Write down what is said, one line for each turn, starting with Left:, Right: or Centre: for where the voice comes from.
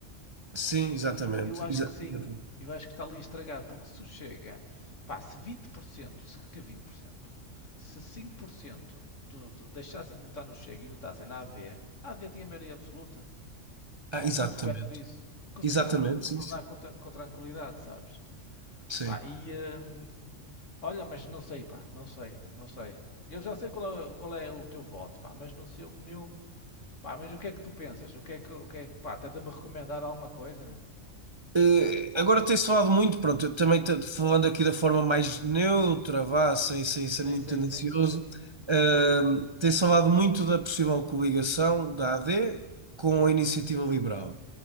Right: Sim, exatamente.
Left: por- Eu acho
Right: Exa-
Left: que sim.
Right: exatamente.
Left: Eu acho que está ali a estragar, porque se o chega, pá, se 20%, se que 20%, se 5% do, do, deixassem de votar no Chega e votassem na AD, a AD tinha maioria absoluta,
Right: Ah,
Left: ou
Right: exatamente.
Left: muito perto disso. Conseguia
Right: Exatamente,
Left: gono- governar
Right: sim, sim.
Left: com, tra- com tranquilidade, sabes?
Right: Sim.
Left: Pá, e hum, olha, mas não sei, pá, não sei, não sei. Eu já sei qual é, qual é o teu voto, pá, mas no seu, meu, pá, mas o que é que tu pensas? O que é que, o que é que, pá, tenta-me recomendar alguma coisa, meu?
Right: Eh, agora tem-se falado muito, pronto, eu também t- falando aqui da forma mais neutra, vá, sem, sem ser
Left: Sim,
Right: muito
Left: sim,
Right: tendencioso,
Left: sim.
Right: eh, tem-se falado muito da possível coligação da AD com a iniciativa liberal.